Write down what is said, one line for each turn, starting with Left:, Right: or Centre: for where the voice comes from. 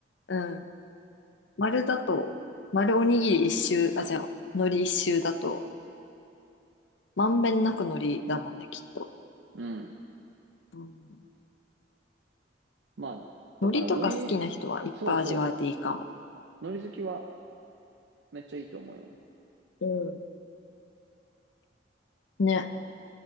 Left: うん。丸だと、丸おにぎり一周、あ、じゃあ、海苔一周だと、まんべんなく海苔だもんね、きっと。
Right: うん。
Left: うん。
Right: まあ、だから糊、
Left: 海苔とか好きな人はいっぱい味わえていいかも。
Right: そうそう。糊好きはめっちゃいいと思うよ。
Left: うん。ね。